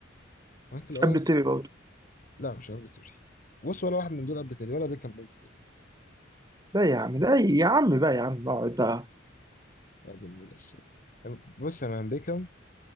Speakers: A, on the left; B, on the right.
A: مايكل اوين
B: قبل تيري برضه
A: لا مش قبل تيري بص ولا واحد من دول قبل تيري ولا بيكهام قبل تيري
B: لا يا عم لا يا عم بقى يا عم اقعد بقى
A: يا دنيا بس بص يا مان بيكهام